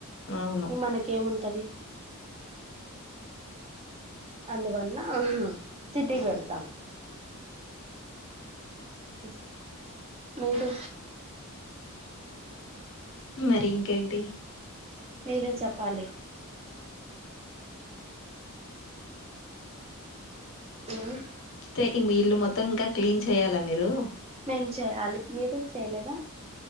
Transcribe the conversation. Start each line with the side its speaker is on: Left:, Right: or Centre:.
Left: అవును
Right: మనకేముంటది అందువల సిటీకి వెళ్తాం మ్ మీరు
Left: మరింకేంటి
Right: మేరే చెప్పాలి ఉమ్
Left: తె ఇమి ఇల్లు మొత్తం ఇంకా క్లీన్ చెయ్యాల మీరు
Right: మేం చెయ్యాలి మీరు చెయలేదా